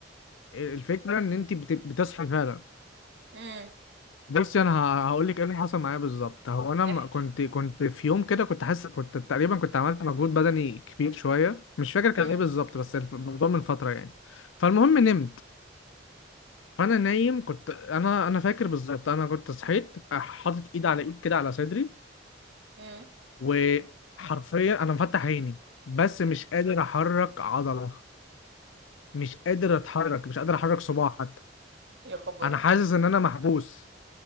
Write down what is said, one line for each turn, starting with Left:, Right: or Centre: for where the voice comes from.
Left: الفكره ان انت بت- بتصحي فعلا
Right: امم
Left: بصي انا هقول لك ايه اللي حصل معايا بالظبط هو انا م-
Right: احكي
Left: كنت كنت في يوم كده كنت حاسس كنت تقريبا كنت عملت مجهود بدني كبير شويه مش فاكر كان
Right: امم
Left: ايه بالظبط بس الف- الموضوع من فتره يعني فالمهم نمت فانا نايم كنت انا انا فاكر بالظبط انا كنت صحيت حاطط ايد على ايد كده على صدري
Right: امم
Left: وحرفيا انا مفتح عيني بس مش قادر احرك عضله مش قادر اتحرك مش قادر احرك صباعي حتى
Right: يا خبر
Left: انا حاسس ان انا محبوس